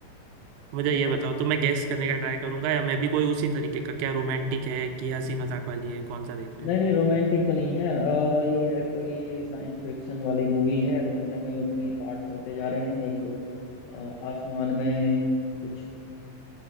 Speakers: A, on the right; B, on the left.
A: मुझे
B: अ,
A: ये बताओ तो मैं गेस करने का ट्राई करूंगा या मैं भी कोई उसी तरीके का क्या रोमांटिक है कि हंसी मजाक वाली है कौन सा देख रहे
B: नहीं
A: हो
B: नहीं रोमांटिक तो नहीं है अ, ये है कोई साइंस फिक्शन वाली मूवी है कहीं ना कहीं उसमें ही पार्ट चलते जा रहे हैं एक अ, आसमान में कुछ